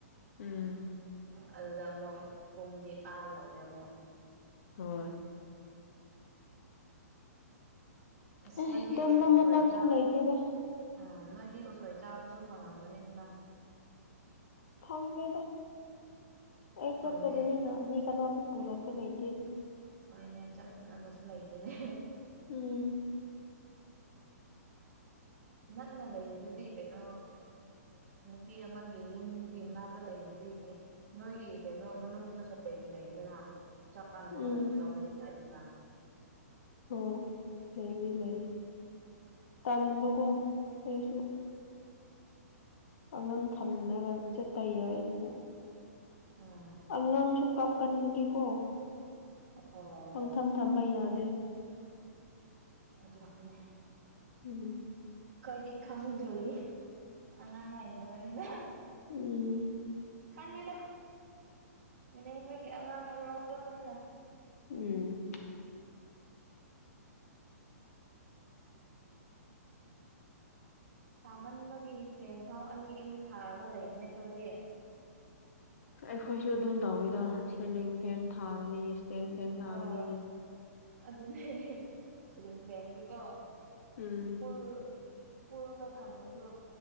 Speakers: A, on the left; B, on the right.
A: ꯎꯝ
B: ꯑꯗꯨꯗ ꯑꯃꯨꯛ ꯄꯨꯡꯗꯤ ꯑꯥ ꯌꯧꯔꯦ ꯑꯃꯨꯛ
A: ꯍꯣꯏ
B: ꯑꯁ
A: ꯑꯦ
B: ꯅꯣꯏꯗꯤ
A: ꯇꯨꯝꯕ
B: ꯎꯁ ꯎꯁꯣꯏ
A: ꯃꯇꯝꯁꯨ
B: ꯆꯥꯥꯎ
A: ꯂꯩꯇꯦꯗ
B: ꯎꯝ ꯅꯣꯏꯗꯤ ꯎꯁꯣꯏ ꯆꯥꯕꯁꯨ ꯐꯪꯉꯝꯒꯅꯤ ꯑꯗꯨꯅ
A: ꯐꯪꯗꯦꯗ ꯑꯩ
B: ꯐꯪꯗꯦ
A: ꯆꯠꯇꯕꯅꯤꯅ ꯃꯤ ꯀꯅꯥꯁꯨꯨ ꯄꯨꯔꯛꯄ ꯂꯩꯇꯦ
B: ꯍꫭꯏꯅꯦ ꯆꯠꯅꯕꯁꯨ ꯂꯩꯇꯦꯅꯦ
A: ꯎꯝ
B: ꯅꯛꯅ ꯂꯩꯔꯤꯗꯨꯗꯤ ꯀꯩꯅꯣ ꯅꯨꯄꯤ ꯑꯃꯒꯤ ꯌꯨꯝꯒꯤ ꯃꯅꯥꯛꯇ ꯂꯩꯔꯤꯗꯨꯗꯤ ꯅꯣꯏꯒꯤ ꯀꯩꯅꯣ ꯃꯅꯨꯡꯗꯁꯨ ꯂꯩꯗꯅ ꯆꯥꯅꯕ
A: ꯎꯝ
B: ꯈꯛꯇ ꯂꯧꯕꯅꯤ ꯌꯥꯏꯗꯅ
A: ꯑꫭ ꯂꯩꯕꯨꯗꯤ ꯂꯩꯌꯦ ꯇꯟꯕꯀꯣ ꯑꯩꯁꯨ ꯑꯉꯥꯡ ꯊꯝꯅꯕ ꯆꯠꯄ ꯌꯥꯏ ꯑꯗꯨꯕꯨ
B: ꯎꯝ
A: ꯑꯉꯥꯡꯁꯨ ꯀꯥꯞꯀꯟꯕꯗꯤꯀꯣ
B: ꯑꯣ
A: ꯄꯪꯊꯝ ꯊꯝꯕ ꯌꯥꯗꯦ
B: ꯑꯗꯨꯃꯥꯏꯅꯦ
A: ꯎꯝ
B: ꯑꯈꯣꯏꯗꯤ ꯈꯪꯗ꯭ꯔꯤ ꯑꯉꯥꯡ ꯂꯩꯗꯕꯅꯤꯅ
A: ꯎꯝ
B: ꯈꯪꯉꯦꯗ ꯏꯅꯦ ꯍꯣꯏꯒꯤ ꯑꯉꯥꯡ ꯂꯧꯔꯛꯄꯅꯤꯅ
A: ꯎꯝ
B: <inaudible> ꯁꯥꯃꯟꯕꯒꯤ ꯐꯦꯟ ꯐꯥꯎ ꯑꯅꯤ ꯑꯅꯤ ꯊꯥꯔꯒ ꯂꯩꯕꯅꯦ ꯑꯩꯈꯣꯏꯗꯤ
A: ꯑꯩꯈꯣꯏꯁꯨ ꯑꯗꯨꯝ ꯇꯧꯋꯤꯗ ꯁꯦꯂꯤꯡ ꯐꯦꯟ ꯊꯥꯒꯅꯤ ꯏꯁꯇꯦꯟ ꯐꯦꯟ ꯊꯥꯒꯅꯤ
B: ꯑꯣ ꯑꯗꯨꯅꯦ ꯁꯤꯂꯤꯡ ꯐꯦꯟꯗꯤꯀꯣ
A: ꯎꯝ
B: ꯐꯜ ꯐꯨꯜꯗ ꯊꯝꯃꯁꯨ